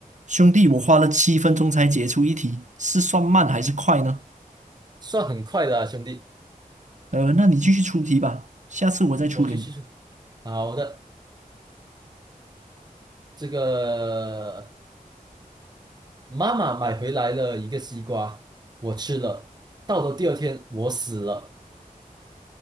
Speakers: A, on the right; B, on the right.
A: 兄弟，我花了七分钟才解出一题，是算慢还是快呢？
B: 算很快的啊，兄弟，
A: 呃，那你继续出题吧，下次我再出给你，
B: 我继续出。好的，这个妈妈买回来了一个西瓜，我吃了。到了第二天，我死了。